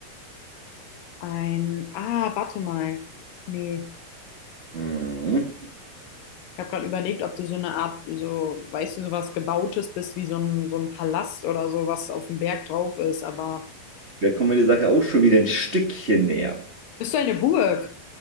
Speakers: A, on the left (about 75°); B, on the right (about 55°).
A: ein. Ah, warte mal. Nee.
B: Mhm. Gut,
A: Ich habe gerade überlegt, ob du so eine Art, so, weißt du, sowas Gebautes bist, wie so ein, so ein Palast oder so, was auf dem Berg drauf ist. Aber
B: Da kommen wir der Sache auch schon wieder ein Stückchen näher.
A: bist du eine Burg?